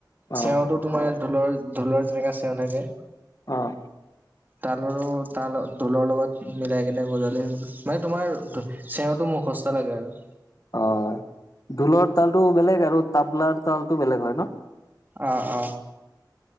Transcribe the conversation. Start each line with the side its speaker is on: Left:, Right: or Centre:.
Left: অ',
Right: চেউটোত তোমাৰ ঢোলৰ ঢোলৰ যেনেকা চেও থাকে।
Left: অঁ।
Right: তালৰো তাল দোলৰ লগত মিলাই কেনে বজাল হ'ল মানে তোমাৰ। চেৱতো মোসস্তা লাগে আৰু।
Left: অ ঢোলৰ তালতটো বেলেগ আৰু তাবলাৰ তালতটো বেলেগ হয় ন।
Right: অ অ।